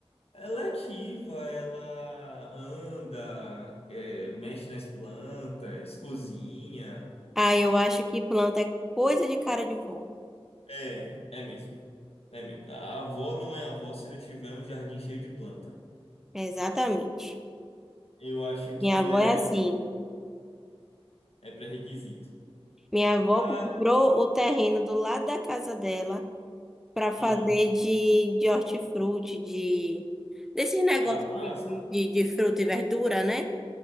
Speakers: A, on the left; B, in the centre.
A: ela é ativa, ela anda, é, mexe nas plantas, cozinha.
B: Ah, eu acho que planta é coisa de cara de vó.
A: É, é mesmo. É mesmo. A avó não é avó se não tiver um jardim cheio de planta.
B: Exatamente.
A: Eu acho que
B: Minha avó
A: é,
B: é assim.
A: é, é pré-requisito.
B: Minha avó
A: Ah,
B: comprou o terreno do lado da casa dela para fazer
A: sim.
B: de, de hortifruti, de desses negócios
A: Ah, massa.
B: de, de, de- de fruta e verdura, né?